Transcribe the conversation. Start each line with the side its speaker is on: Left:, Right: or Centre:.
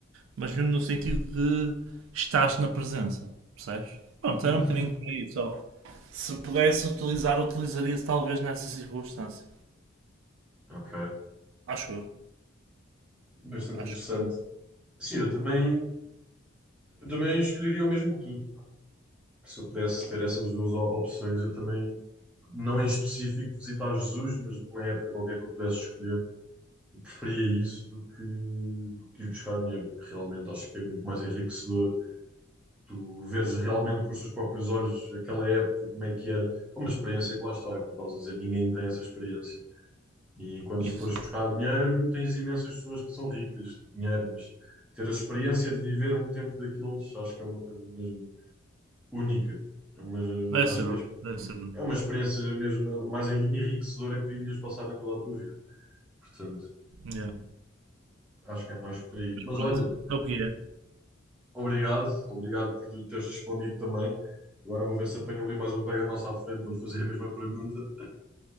Right: mas mesmo no sentido de estás na presença, percebes? Pronto,
Centre: Uhum.
Right: era um bocadinho por aí só. Se pudesse utilizar, utilizaria-se talvez nessa circunstância.
Centre: Ok.
Right: Acho eu.
Centre: Bastante
Right: Acho
Centre: interessante.
Right: que sim.
Centre: Sim, eu também, eu também escolheria o mesmo que tu. Se eu pudesse ter essas duas o- opções, eu também, não em específico de visitar Jesus, mas de uma época qualquer que eu pudesse escolher, eu preferia isso do que, do que ir buscar dinheiro, porque realmente acho que é muito mais enriquecedor. Tu veres realmente com os teus próprios olhos aquela época, como é que era. É uma experiência que lá está, como estás a dizer, ninguém tem essa experiência. E enquanto
Right: Isso.
Centre: se fores buscar dinheiro, tens imensas pessoas que são ricas de dinheiro, mas ter a experiência de viver um tempo daqueles, acho que é uma coisa mesmo única. É uma-
Right: Deve ser
Centre: acho que
Right: único.
Centre: é
Right: Deve ser único.
Centre: é uma experiência mesmo a mais enriquecedora que tu irias passar em toda a tua vida. Portanto,
Right: Yeah.
Centre: acho que é mais por aí.
Right: Mas
Centre: Mas
Right: pronto,
Centre: olha,
Right: é o que é.
Centre: obrigado, obrigado por teres respondido também. Agora vou ver se apanho ali mais um colega nosso à frente, vou-lhe fazer a mesma pergunta.